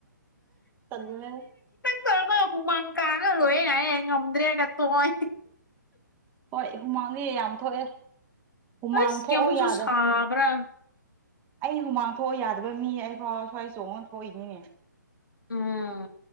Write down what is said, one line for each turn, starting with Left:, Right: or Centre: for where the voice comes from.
Right: ꯆꯃꯦ
Left: ꯇꯧꯔꯈꯣꯏ ꯍꯨꯃꯪ ꯀꯥꯡꯉ ꯂꯣꯏꯦ ꯉꯥꯏ ꯉꯝꯗ꯭ꯔꯦꯒ ꯇꯣꯏ
Right: ꯍꯣꯏ ꯍꯨꯃꯥꯡꯗꯤ ꯌꯥꯝ ꯊꯣꯛꯑꯦ ꯍꯨꯃꯥꯡ
Left: ꯑꯁ
Right: ꯊꯣꯛꯑꯣ
Left: ꯀꯌꯥꯃꯨꯛꯁꯨ
Right: ꯌꯥꯗ꯭ꯔ
Left: ꯁꯥꯕ꯭ꯔꯥ
Right: ꯑꯩ ꯍꯨꯃꯥꯡ ꯊꯣꯛꯑ ꯌꯥꯗꯕ ꯃꯤ ꯑꯩꯐꯥꯎ ꯁ꯭ꯋꯥꯏ ꯆꯣꯡꯉ ꯊꯣꯛꯏꯅꯤꯅꯦ
Left: ꯎꯝ